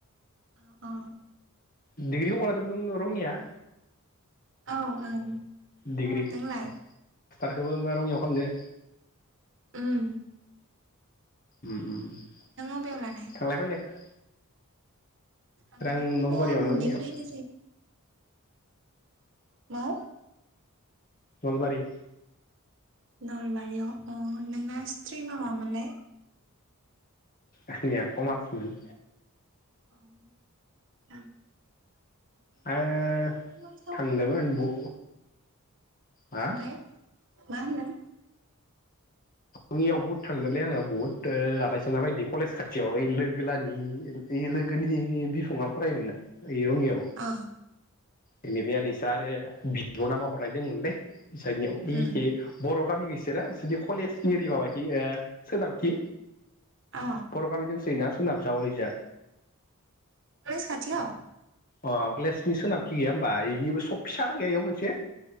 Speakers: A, on the right; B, on the left.
A: ओ अ
B: दिडिग्रिखौ बहा लादोंमोन नों रंङिया?
A: औ ओं नोंलाय?
B: डिग्रि मास्टारखौबो ओमबा रङियाव खामदो?
A: ओम
B: ओम ओम
A: अबेयाव
B: थांलाय
A: लानाय
B: फैलाया
A: आंलाय
B: आं
A: जोंना
B: नलबारियावनो
A: न'निफ्रायनो
B: <unintelligible>
A: मा?
B: नलबारि।
A: नलबारियाव अ नोंना स्त्रिमा मामोनलाय?
B: आंनिया कमार्समोन।
A: <unintelligible>
B: आङो
A: कमार्सआव।
B: थांदोंमोन बु हा
A: ओमफ्राय मा होनदों?
B: रङियाव बुहुद थाङोलै आङो बुहुद ओ आलासिजाना फैदो आङो कलेज खाथियाव ओइ लोगोलानि ओइ लोगोनि बिफङा फरायोमोन ना। इयाव रंङियाव।
A: अ
B: बेनिफ्राय आरो इसा आरो बिब ना मा हरनाय दोंमोनलै। बिसानियाव ओइखि
A: उम
B: बर' गामि बिसोरा जुदि कलेजनि ओरि माबाखि सोनाबखि
A: अ
B: बर' गामि दंसोयो ना सोनाब जा अयजा
A: कलेज खाथियाव
B: अह कलेजनि सोनाबथि गैया ओमबा ओइ सक फिसा इयाव मोनसे